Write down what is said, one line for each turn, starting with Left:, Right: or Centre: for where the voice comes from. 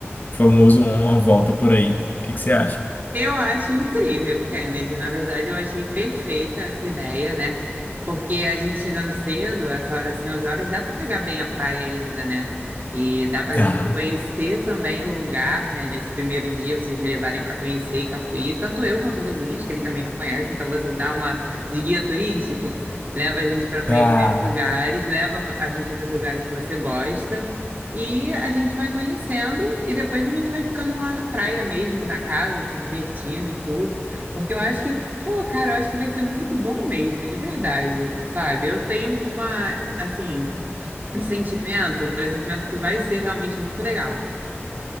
Left: famoso uma volta por aí. O que que você acha?
Right: Eu acho incrível, Kennedy. Na verdade, eu achei perfeita essa ideia, né? Porque a gente chegando cedo, essa hora assim, 11 horas, dá para pegar bem a praia ainda, né? E dá para
Left: Tá.
Right: a gente conhecer também o lugar, né? Nesse primeiro dia, vocês me levarem para conhecer Icapuí, tanto eu quanto o Douglas, que ele também não conhece, então você dá uma de guia turístico, leva a gente para conhecer
Left: Ah,
Right: os lugares, leva a gente nos lugares que você gosta. E a gente vai conhecendo e depois a gente vai ficando lá na praia mesmo, na casa, se divertindo e tudo. Porque eu acho que, pô, cara, eu acho que vai ser muito bom mesmo, de verdade, sabe? Eu tenho uma, assim, um sentimento, um pressentimento que vai ser realmente muito legal.